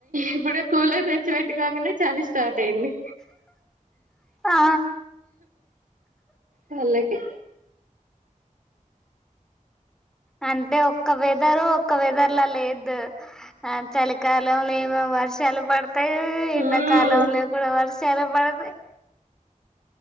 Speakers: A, on the right; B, in the centre.
A: ఇప్పుడ కూలర్ తెచ్చిపెట్టు కొంగనే చలి స్టార్ట్ అయింది.
B: ఆ
A: వాళ్ళకే
B: అంటే ఒక్క వెదరు ఒక్క వెదర్లా లేదు ఆ చలికాలం ఏమ వర్షాలు పడతాయి
A: మ్మ్
B: ఎండాకాలంలో గుడా వర్షాలు పడతాయి